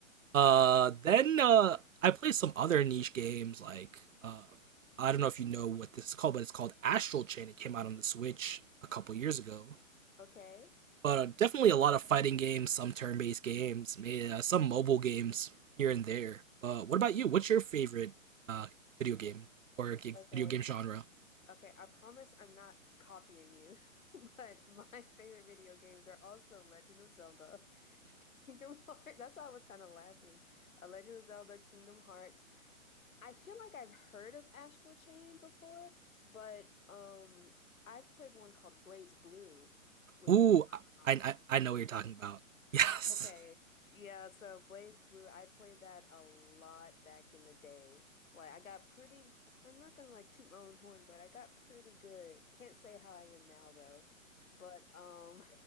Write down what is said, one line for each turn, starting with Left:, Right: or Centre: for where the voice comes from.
Right: Uh, then uh, I play some other niche games like uh, I don't know if you know what this is called, but it's called Astral Chain. It came out on the Switch a couple years ago
Left: Okay.
Right: but uh, definitely a lot of fighting games, some turn-based games, maybe uh, some mobile games here and there. But uh, what about
Left: hmm
Right: you? What's your favorite uh, video game or g-
Left: Okay.
Right: video game genre?
Left: Okay, I promise I'm not copying you, <laughs> but my favorite video games are also Legend of Zelda, <laughs> Kingdom Hearts. That's why I was kind of laughing. A Legend of Zelda, Kingdom Hearts. I feel like I've heard of Astral Chain before, but um I've played one called Blaze Blue, which
Right: Ooh,
Left: was on
Right: I,
Left: um,
Right: I I know what you're talking about. <laughs> Yes,
Left: Y- Okay. Yeah, so Blaze Blue, I played that a lot back in the day. Like I got pretty, I'm not gonna like toot my own horn, but I got pretty good. Can't say how I am now though. But um